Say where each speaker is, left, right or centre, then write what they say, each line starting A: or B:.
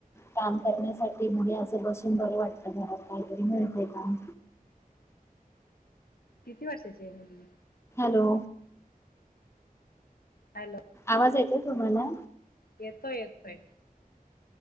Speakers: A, on the left (about 15°); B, on the left (about 85°).
A: काम करण्यासाठी मुली असं बसून बर वाटत घरात काहीतरी मिळतय काम
B: किती वर्षाची आहे मुली
A: हॅलो
B: हॅलो
A: आवाज येतय तुम्हाला
B: येतोय येतोय